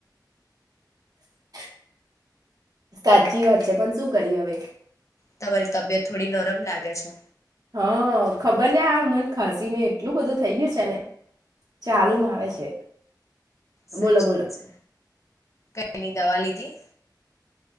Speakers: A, on the right (about 55°); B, on the left (about 40°).
A: <inaudible> સાચી વાત છે પણ શું કરીએ હવે?
B: તમારી તબિયત થોડી નરમ લાગે છે.
A: હા ખબરને આ મને ખસીને એટલું બધું થઈ ગયું છે ને ચાલુમાં આવે છે.
B: સાચી
A: બોલો બોલો
B: વાત છે. તેની દવા લીધી?